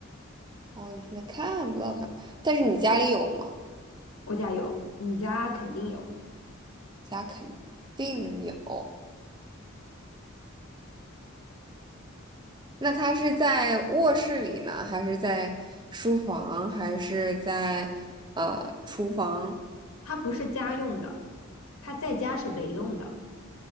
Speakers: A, on the right (about 20°); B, on the left (about 85°).
A: 哦，你现在看不到它，但是你家里有吗？
B: 我家有，你家肯定有，
A: 家肯定有。那它是在卧室里呢，还是在书房，还是在呃厨房？
B: 它不是家用的，它在家是没用的。